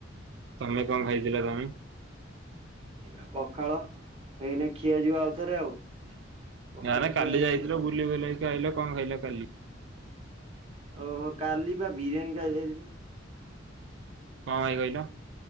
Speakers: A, on the right; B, on the right.
A: ତମେ କଣ ଖାଇଥିଲ ତମେ?
B: ଏଇ ପା ପଖାଳ ଏଇନା ଖିଆ ଯିବ ଆଉଥରେ ଆଉ। ପଖାଳ
A: ଆରେ କାଲି
B: ଖିଆ ହେଇଥିଲା।
A: ଯାଇଥିଲ ବୁଲି ବୁଲାଇକି ଆଇଲ କଣ ଖାଇଲ କାଲି?
B: ଓହୋ କାଲି ପା ବିରିୟାନୀ ଖାଇଦେଇଥିଲୁ।
A: କଣ ଭାଇ କହିଲ?